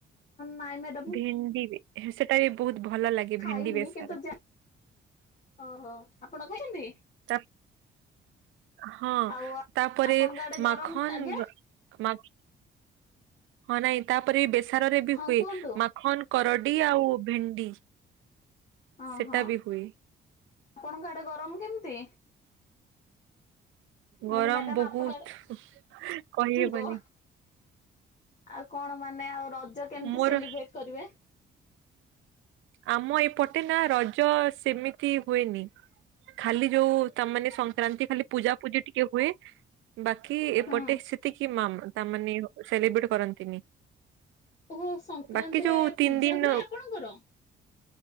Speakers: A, on the left (about 40°); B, on the right (about 80°).
A: ନାଇଁ ମ୍ୟାଡାମ ମୁଁ
B: ଭେଣ୍ଡି ବି ସେଟା ବି ବହୁତ ଭଲ ଲାଗେ।
A: ଖାଇନି
B: ଭେଣ୍ଡି ବେସର
A: କିନ୍ତୁ ଯା-ଓହୋ ଆପଣ ଖାଇଚନ୍ତି?
B: ତାପ୍ -ହଁ
A: ଆଉ
B: ତାପରେ
A: ଆପଣଙ୍କ ଆଡେ ଗରମ
B: ମାଖନ୍
A: ଆଜ୍ଞା
B: ମାକ୍ ହଁ ନାଇଁ ତାପରେ ବେସାର ରେ ବି
A: ହଁ
B: ହୁଏ
A: କୁହନ୍ତୁ
B: ମାଖନ କରଡି ଆଉ ଭେଣ୍ଡି।
A: ଅ
B: ସେଟା
A: ହଁ
B: ବି ହୁଏ
A: ଆପଣଙ୍କ ଆଡେ ଗରମ କେମତି?
B: ଗରମ
A: କହିଲି ମ୍ୟାଡାମ
B: ବହୁତ୍
A: ଆପଣ ଆଡେ
B: କହିହେବନି।
A: ଗ ଆଉ କଣ ମାନେ ଆଉ ରଜ କେମିତି
B: ମୋର
A: ସେଲିବ୍ରେଟ୍ କରିବେ?
B: ଆମ ଏପଟେ ନା ରଜ ସେମିତି ହୁଏନି। ଖାଲି ଯୋଉ ତାମାନେ ସଂକ୍ରାନ୍ତି ଖାଲି ପୂଜା ପୂଜି ଟିକେ ହୁଏ ବାକି ଏପଟେ
A: ହୁଁ
B: ସେତିକି ମାମ୍ ତାମାନେ ସେଲିବ୍ରେଟ କରନ୍ତିନି।
A: ଓହୋ ସଂକ୍ରାନ୍ତିରେ
B: ବାକି ଯୋଉ ତିନି
A: ପୂଜା
B: ଦିନ
A: ହୁଏ ଆପଣଙ୍କର?